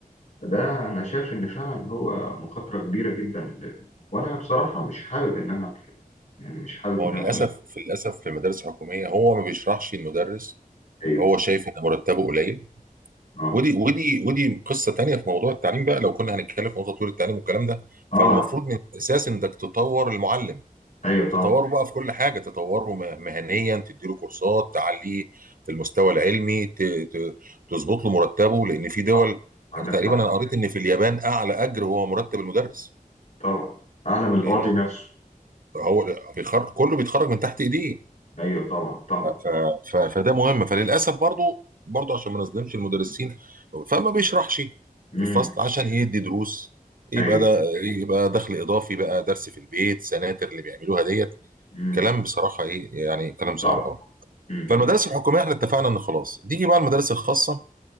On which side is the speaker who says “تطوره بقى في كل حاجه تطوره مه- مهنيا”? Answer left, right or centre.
Right